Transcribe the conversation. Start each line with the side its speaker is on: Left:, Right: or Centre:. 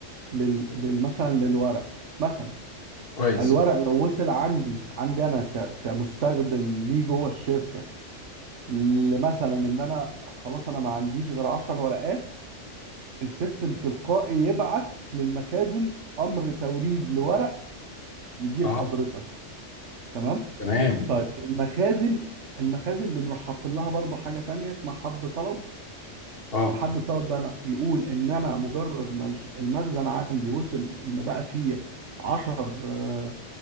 Right: لل... لل- مثلا للورق مثلا
Left: كويس
Right: الورق لو وصل عندي عندي انا ك... كمستخدم ليه جوه الشركه لمثلا ان انا خلاص انا ما عنديش غير 10 ورقات السيستم تلقائي يبعت للمخازن امر توريد لورق يجي
Left: اه
Right: لحضرتك تمام
Left: تمام
Right: طيب المخازن المخازن بنروح حاطين لها برضو حاجه تانية اسمها حد طلب
Left: اه
Right: الحد الطلب ده أنا- يقول ان انا مجرد ما المخزن عندي وصل ان بقى فيه 10